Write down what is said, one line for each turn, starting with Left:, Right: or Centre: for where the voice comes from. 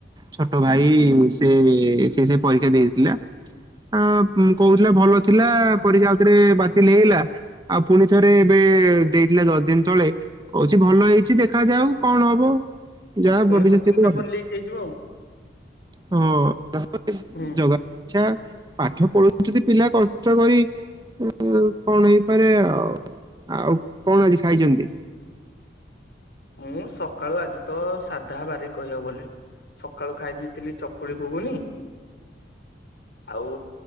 Right: ଛୋଟ ଭାଇ ସେ ସେ ସେଇ ପରୀକ୍ଷା ଦେଇଥିଲା। ଆଁ କହୁଥିଲେ ଭଲ ଥିଲା ପରୀକ୍ଷା ଆଉ ଥରେ ବାତିଲ ହେଇଗଲା ଆଉ ପୁଣି ଥରେ ଏବେ ଦେଇଥିଲା ଦଶ ଦିନ ତଳେ କହୁଛି ଭଲ ହେଇଛି ଦେଖା ଯାଉ କଣ ହବ? ଯାହା
Left: ପୁଣି
Right: ଭବିଷ୍ୟତ
Left: କୋଶ୍ଚିନ୍
Right: ଥିବ
Left: ପେପର ଲିକ୍ ହେଇଯିବ ଆଉ
Right: ହଁ
Left: ହୁଁ।
Right: ଜଗା ଆଚ୍ଛା ପାଠ ପଢ଼ୁଛନ୍ତି ପିଲା କଷ୍ଟ କରି ଆ କଣ ହେଇପାରେ ଆଉ ଆଉ କଣ ଆଜି ଖାଇଛନ୍ତି?
Left: ମୁଁ ସକାଳୁ ଆଜି ତ ସାଧା ବାରି କହିବାକୁ ଗଲେ। ସକାଳୁ ଖାଇ ଦେଇଥିଲି ଚକୁଳି ଘୁଘୁନି ଆଉ